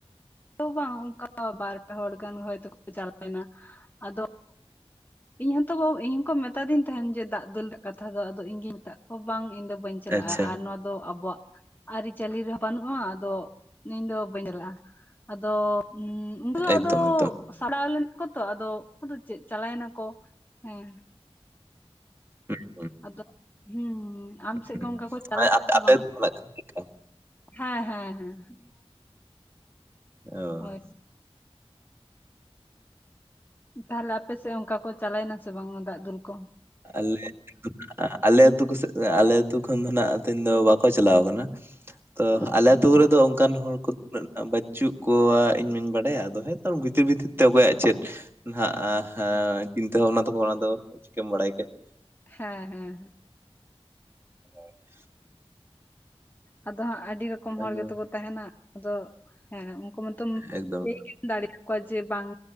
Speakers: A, on the left; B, on the right.
A: ᱵᱟᱝ ᱩᱝᱠᱟ ᱵᱟᱨ ᱯᱮ ᱦᱚᱲ ᱜᱟᱱ ᱦᱚᱭᱛᱚ ᱠᱚ ᱪᱟᱞᱟᱣ ᱞᱮᱱᱟ ᱟᱫᱚ ᱤᱧ ᱦᱚᱸᱛᱚ ᱵᱚ ᱤᱧ ᱦᱚᱸᱠᱚ ᱢᱮᱛᱟᱫᱤᱧ ᱛᱟᱦᱮᱱ ᱡᱮ ᱫᱟᱜ ᱫᱩᱞ ᱨᱮᱭᱟᱜ ᱠᱟᱛᱷᱟ ᱫᱚ ᱟᱫᱚ ᱤᱧ ᱜᱤᱧ ᱢᱮᱛᱟᱜ ᱠᱚᱣᱟ ᱵᱟᱝ ᱤᱧ ᱫᱚ ᱾ ᱵᱟᱹᱧ ᱪᱟᱞᱟᱜᱼᱟ
B: ᱟᱪᱪᱷᱟ
A: ᱟᱨ ᱱᱚᱣᱟ ᱫᱚ ᱟᱵᱚᱣᱟᱜ ᱟᱹᱨᱤᱪᱟᱹᱞᱤ ᱨᱮᱦᱚᱸ ᱵᱟᱹᱱᱩᱜᱼᱟ ᱟᱫᱚ ᱤᱧ ᱫᱚ ᱵᱟᱹᱧ ᱪᱟᱞᱟᱜᱼᱟ ᱟᱫᱚ <inaudible> ᱩᱱ ᱫᱚ
B: ᱮᱠᱫᱚᱢ
A: ᱟᱫᱚ
B: ᱮᱠᱫᱚᱢ
A: ᱥᱟᱲᱟᱣ ᱞᱮᱱᱟ ᱠᱚ ᱛᱚ ᱟᱫᱚ ᱟᱫᱚ ᱪᱮᱜ ᱪᱟᱞᱟᱭ ᱱᱟᱠᱚ ᱦᱮᱸ ᱾
B: <inaudible>
A: ᱟᱫᱚ ᱦᱩᱸ ᱟᱢ ᱥᱮᱜ
B: ᱦᱩᱸ
A: ᱜᱚᱝᱜᱟ ᱠᱚ ᱪᱟᱞᱟᱭ
B: ᱢᱟᱱᱮ
A: ᱱᱟ
B: ᱟᱯᱮ
A: ᱥᱮ
B: ᱟᱯᱮ
A: ᱵᱟᱝ?
B: ᱟᱹᱛᱩ ᱠᱷᱚᱱᱟᱜ ᱪᱮᱫᱞᱮᱠᱟ?
A: ᱦᱮᱸ ᱦᱮᱸ ᱦᱮᱸ ᱦᱮᱸ ᱾
B: ᱚ
A: ᱦᱳᱭ <inaudible> ᱛᱟᱦᱟᱞᱮ ᱟᱯᱮᱥᱮᱜ ᱚᱝᱠᱟ ᱠᱚ ᱪᱟᱞᱟᱭ ᱱᱟᱥᱮ ᱵᱟᱝ ᱫᱟᱜ ᱫᱩᱞ ᱠᱚ?
B: ᱟᱞᱮ <inaudible> ᱟᱞᱮ ᱟᱹᱛᱩ ᱠᱚᱥᱮᱜ ᱟᱞᱮ ᱟᱹᱛᱩ ᱠᱷᱚᱱ ᱫᱚ ᱱᱟᱦ ᱛᱮᱦᱮᱱ ᱫᱚ ᱵᱟᱠᱚ ᱪᱟᱞᱟᱣ ᱠᱟᱱᱟ ᱾ ᱛᱚ
A: ᱟᱪᱪᱷᱟ
B: ᱟᱞᱮ ᱟᱹᱛᱩ ᱠᱚᱨᱮ ᱫᱚ ᱚᱱᱠᱟᱱ ᱦᱚᱲ ᱠᱚ ᱾ <inaudible> ᱵᱟᱹᱪᱩᱜ ᱠᱚᱣᱟ ᱤᱧ ᱢᱟᱧ ᱵᱟᱰᱟᱭᱟ ᱟᱫᱚ ᱦᱮᱸ ᱛᱚ ᱵᱷᱤᱛᱤᱨ ᱵᱷᱤᱛᱤᱨ ᱛᱮ ᱚᱠᱚᱭᱟᱜ ᱪᱮᱫ ᱾ ᱱᱟᱦᱟᱜ <inaudible> ᱠᱤᱱᱛᱟᱹ ᱵᱷᱟᱵᱱᱟ ᱛᱚᱠᱚ ᱚᱱᱟ ᱫᱚ ᱪᱤᱠᱟᱹᱢ ᱵᱟᱲᱟᱭ ᱠᱮᱜ ᱾
A: ᱦᱮᱸ ᱦᱮᱸ ᱦᱮᱸ. ᱾
B: <inaudible>
A: ᱟᱫᱚ ᱦᱟᱸᱜ ᱟᱹᱰᱤ ᱨᱚᱠᱚᱢ ᱦᱚᱲ
B: ᱟᱫᱚ
A: ᱜᱮᱛᱚ ᱠᱚ ᱛᱟᱦᱮᱱᱟ ᱟᱫᱚ ᱦᱮᱸ ᱩᱱᱠᱩ ᱢᱟᱛᱚᱢ
B: ᱮᱠᱫᱚᱢ
A: ᱞᱮᱭ ᱜᱮᱢ ᱫᱟᱲᱮᱭ ᱟᱠᱚᱣᱟ ᱡᱮ ᱵᱟᱝ